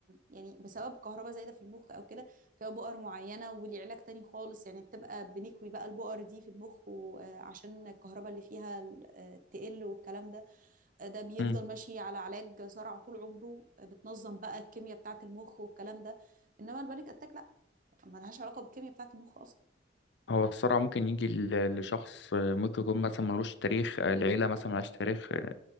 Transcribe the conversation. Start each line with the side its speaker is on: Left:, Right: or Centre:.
Right: يعني بسبب كهرباء زايده في المخ او كده فيها بؤر معينه وليه علاج تاني خالص يعني بتبقى بنكوي بقى البؤر دي في المخ وعشان الكهرباء اللي فيها ال- آه، تقل والكلام ده ده بيفضل
Left: مم.
Right: ماشي على علاج صرع طول عمره بتنظم بقى الكيمياء بتاعة المخ والكلام ده انما البانيك اتاك لا ما لهاش علاقة بالكيمياء بتاعة المخ اصلا
Left: هو الصرع ممكن يجي ل- لشخص آه، ممكن يكون مثلا ملوش تاريخ آه، العيلة مثلا ملهاش تاريخ آه،